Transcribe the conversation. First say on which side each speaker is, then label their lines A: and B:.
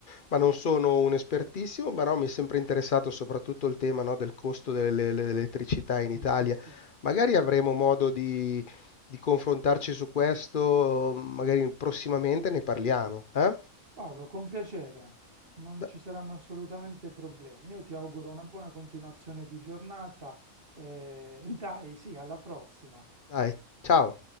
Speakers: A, on the left; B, on the right.
A: ma non sono un espertissimo, ma no, mi è sempre interessato soprattutto il tema, no, del costo delle- dell'elettricità in Italia.
B: Giustissimo.
A: Magari avremo modo di, di confrontarci su questo, magari prossimamente ne parliamo, eh?
B: Paolo, con piacere. Non
A: Da-
B: ci saranno assolutamente problemi. Io ti auguro una buona continuazione di giornata. eh, <laughs> dai, sì, alla prossima.
A: Dai, ciao!